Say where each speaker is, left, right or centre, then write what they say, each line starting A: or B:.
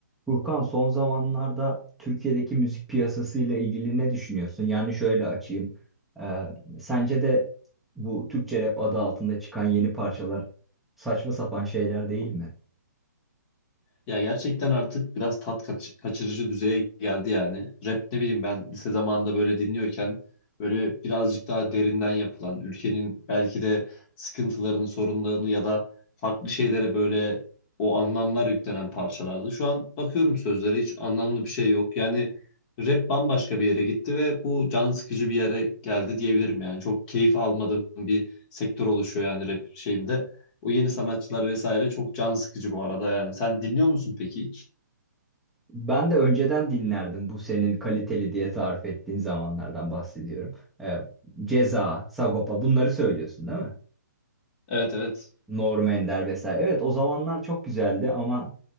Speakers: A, in the centre; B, on the left.
A: Furkan son zamanlarda Türkiye'deki müzik piyasası ile ilgili ne düşünüyorsun? Yani şöyle açayım. Ee, sence de bu Türkçe rap adı altında çıkan yeni parçalar saçma sapan şeyler değil mi?
B: Ya gerçekten artık biraz tat kaç- kaçırıcı düzeye geldi yani. Rap ne bileyim ben lise zamanında böyle dinliyorken böyle birazcık daha derinden yapılan ülkenin belki de sıkıntılarını, sorunlarını ya da farklı şeylere böyle o anlamlar yüklenen parçalardı. Şu an bakıyorum sözlere hiç anlamlı bir şey yok. Yani rap bambaşka bir yere gitti ve bu can sıkıcı bir yere geldi diyebilirim yani. Çok keyif almadığım bir sektör oluşuyor yani rap şeyinde. O yeni sanatçılar vesaire çok can sıkıcı bu arada yani. Sen dinliyor musun peki hiç?
A: Ben de önceden dinlerdim bu senin kaliteli diye tarif ettiğin zamanlardan bahsediyorum. Ee, Ceza, Sagopa bunları söylüyorsun değil mi?
B: Evet evet.
A: Norm Ender vesaire. Evet o zamanlar çok güzeldi ama